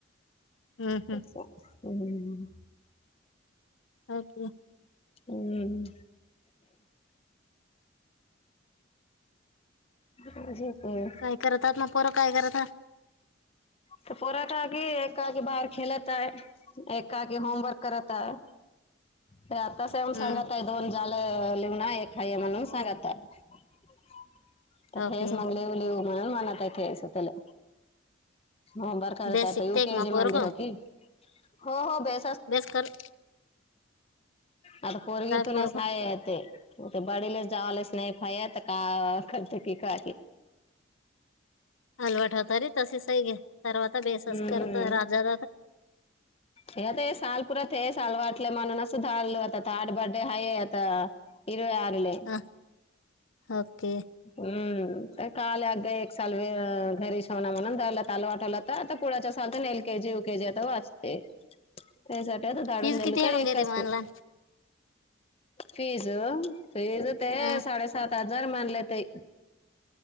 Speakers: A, on the left; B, on the left.
A: हम्म हम्म
B: तसं अं
A: ओके
B: हम्मं म्हजेेतं
A: काय करत आहात मग पोरं काय करत आहात
B: तरं पोरांठा क एक खादी बाहेर खेलतं आहे एक खादी होमवर्क करतं आहे त्यांप तसं मंग सांगतय
A: हम्म
B: दोन जालं लिहूंन एक हांय म्हणूंन सांगत तरं खंस
A: ओके
B: मंग लिहून लिवू म्हणूंन म्हणतं खेसं त्यांला होमवर्क करतां
A: बेस
B: बरं आंता
A: शिकते
B: यं केजी
A: मग पोरग
B: मध्यें होती हो हो बे
A: बेसकलं तरं
B: आंता पोरगी तूनचंय
A: पोरग
B: आहे ते ते बडीलेच जावांलाचं नाहीं फायां तरं कां करतं की कां
A: अलवटं होतं रे तसे सही घे तरवतां बेसस
B: हम्म
A: करतं राजां
B: हे आंता हे सांल पुरांत हे सांल वाटलं म्हणूंन असलं आंता थाडं बर्डे हांय आंता इरवं आरलेले आहे
A: अ, ओके
B: हम्मं कांल अगं एक साल घरी शवणां म्हणूंन त्यांला तलं वाटवलां आंता पुळांच्या सांल तरं एल केजी यूं केजी आंता वाचते त्यांसाठी आंता धाडूंन
A: फीज
B: देल
A: किती
B: तरं
A: हेडून
B: एकदाचं
A: घेते
B: असतो
A: मानला
B: फीज फीज ते
A: अ,
B: साडेसात हजांर म्हनले ताई